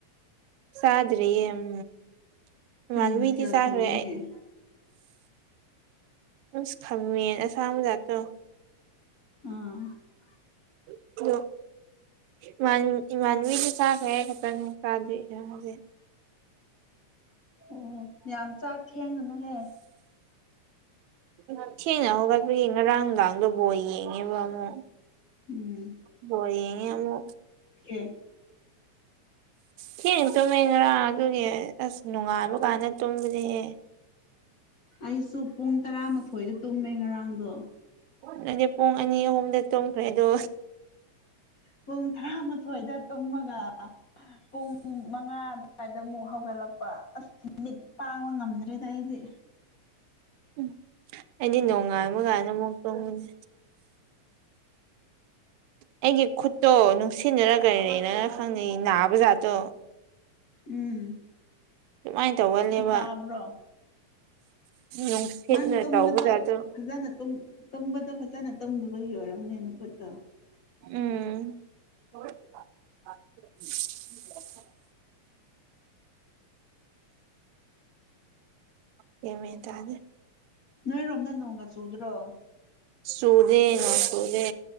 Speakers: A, on the right; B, on the left.
A: ꯁꯥꯗ꯭ꯔꯤꯌꯦ ꯑꯝ
B: ꯀꯔꯤ
A: ꯏꯃꯥꯟꯅꯕꯤꯗꯤ
B: ꯃꯊꯦꯜ
A: ꯆꯥꯒꯔꯦ
B: ꯊꯣꯡꯒꯅꯤ
A: ꯑꯁ ꯈꯪꯉꯦ ꯑꯁꯥꯡꯕꯖꯥꯠꯇꯣ
B: ꯑ
A: <unintelligible> ꯏꯃꯥꯟ ꯏꯃꯥꯟꯅꯕꯤꯖꯄ ꯆꯥꯈ꯭ꯔꯦ ꯑꯩ ꯈꯠꯇꯅꯤ ꯆꯥꯗ꯭ꯔꯤꯖꯦ ꯍꯧꯖꯤꯛ
B: ꯎꯝ ꯌꯥꯝ ꯆꯥꯛ ꯊꯦꯡꯒꯅꯨꯍꯦ
A: ꯌꯥꯝ ꯊꯦꯡꯅ ꯍꯧꯒꯠꯄꯒꯤ ꯉꯔꯥꯡ ꯅꯨꯡꯗꯥꯥꯡꯗꯣ ꯕꯣꯜ ꯌꯦꯡꯉꯦꯕ ꯑꯃꯨꯛ
B: ꯎꯝ
A: ꯕꯣꯜ ꯌꯦꯡꯉꯦ ꯑꯃꯨꯛ
B: ꯑꯦ
A: ꯊꯦꯡ ꯇꯨꯝꯃꯦ ꯉꯔꯥꯡ ꯑꯗꯨꯒꯤ ꯑꯁ ꯅꯣꯡꯉꯥꯟꯕ ꯀꯥꯟꯗ ꯇꯨꯝꯕꯅꯤꯍꯦ
B: ꯑꯩꯁꯨ ꯄꯨꯡ ꯇꯔꯥꯃꯥꯊꯣꯏꯗ ꯇꯨꯝꯃꯦ ꯉꯔꯥꯡꯗꯣ
A: ꯅꯪꯗꯤ ꯄꯨꯡ ꯑꯅꯤ ꯑꯍꯨꯝꯗ ꯇꯣꯡꯈ꯭ꯔꯦꯗꯣ
B: ꯄꯨꯡ ꯇꯔꯥꯃꯊꯣꯏꯗ ꯇꯨꯝꯃꯒ ꯄꯨꯡ ꯨꯃꯉꯥ ꯑꯗꯨꯋꯥꯏꯗꯃꯨꯛ ꯍꯧꯒꯠꯂꯛꯄ ꯑꯁ ꯃꯤꯠ ꯄꯥꯡꯕ ꯉꯝꯗ꯭ꯔꯦꯗ ꯑꯩꯗꯤ
A: ꯎꯝ ꯑꯩꯗꯤ ꯅꯣꯡꯉꯥꯟꯕ ꯀꯥꯟꯗ ꯑꯃꯨꯛ ꯑꯨꯝꯕꯅꯤ ꯑꯩꯒꯤ ꯈꯨꯠꯇꯣ ꯅꯨꯡꯁꯤꯠꯅꯔ ꯀꯔꯤꯅꯔ ꯈꯪ ꯅꯥꯕ ꯖꯥꯠꯇꯣ
B: ꯎꯝ
A: ꯗꯨꯃꯥꯏ ꯇꯧꯒꯜꯂꯦꯕ
B: ꯅꯥꯕ꯭ꯔꯣ
A: ꯅꯨꯡꯁꯤꯠꯅ
B: ꯅꯪ ꯇꯨꯝꯕꯗꯣ
A: ꯇꯧꯕ ꯖꯥꯠꯇꯣ
B: ꯐꯖꯅ ꯇꯨꯝ ꯇꯨꯝꯕꯗꯣ ꯐꯖꯅ ꯇꯨꯝꯗꯕꯒꯤ ꯑꯣꯏꯔꯝꯅꯤ ꯅꯈꯨꯠꯇꯣ
A: ꯎꯝ <unintelligible> <unintelligible> ꯒ꯭ꯥꯟ ꯃꯦꯟ ꯇꯥꯗꯦ
B: ꯅꯣꯏꯔꯣꯝꯗ ꯅꯣꯡꯒ ꯆꯨꯗ꯭ꯔꯣ
A: ꯆꯨꯗꯦ ꯅꯣꯡ ꯆꯨꯗꯦ